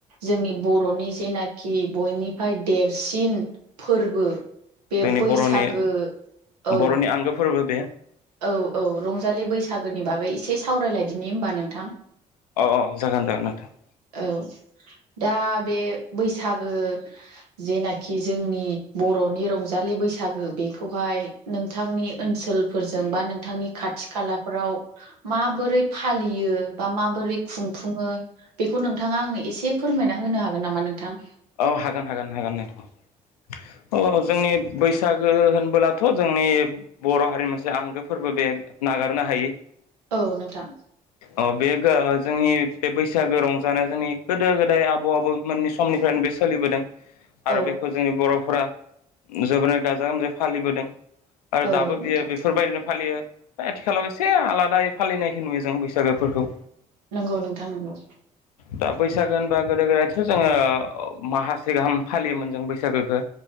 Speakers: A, on the right; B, on the left.
A: जोंनि बर'नि जेनाखि बयनिफ्राय देरसिन फोरबो बे
B: जोंनि
A: बैसागो
B: बर'नि
A: औ
B: बर'नि आंगो फोरबो बे
A: औ औ रंजालि बैसागोनि बागै एसे सावरायलायदिनि होमबा नोंथां।
B: अ औ जागोन जागोन नोंथां।
A: औ दा बे बैसागो जेनाखि जोंनि बर'नि रंजालि बैसागो बेखौहाय नोंथांनि ओनसोलफोरजों बा नोंथांनि खाथि खालाफोराव माबोरै फालियो बा माबोरै खुंफुङो बेखौ नोंथाङा आंनो एसे फोरमायना होनो हागोन नामा नोंथां।
B: औ हागोन हागोन हागोनथ' औ जोंनि बैसागो होनबोलाथ' जोंनि बर' हारिनि मोनसे आंगो फोरबो बे नागारनो हायो।
A: औ नोंथां।
B: अ बे जोंनि बे बैसागो रंजानाया जोंनि गोदो गोदाय आबौ आबौमोननि समनि बे सोलिबोदों
A: औ
B: आरो बेखौ जोंनि बर'फोरा जोबोरैनो गाजा गोमजायै फालिबोदों आरो
A: औ
B: दाबो
A: नोंथां
B: बियो बेफोरबायदिनो फालियो आथिखालाव एसे आलादायै फालिनायखौ नुयो जों बैसागोफोरखौ
A: नंगौ नोंथां नंगौ।
B: दा बैसागो होनबा गोदो गोदायथ' जोङो मासे गाहाम फालियोमोन जों बैसागोखौ।